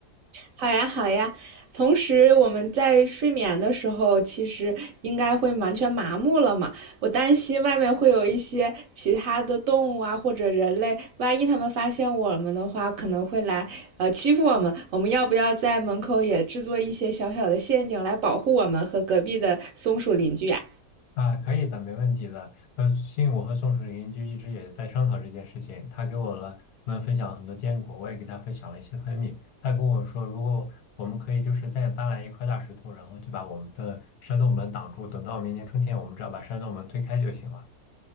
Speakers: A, on the right; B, on the left.
A: 好呀，好呀。同时，我们在睡眠的时候，其实应该会完全麻木了嘛。我担心外面会有一些其他的动物啊，或者人类，万一他们发现我们的话，可能会来呃欺负我们。我们要不要在门口也制作一些小小的陷阱来保护我们和隔壁的松鼠邻居呀、
B: 啊，可以的，没问题的。呃，信我和宋楚林就一直也在商讨这件事情，他给我了们分享了很多坚果，我也给他分享了一些蜂蜜。他跟我说，如果我们可以就是再搬来一块大石头，然后就把我们的山洞门挡住，等到明年春天，我们只要把山洞门推开就行了。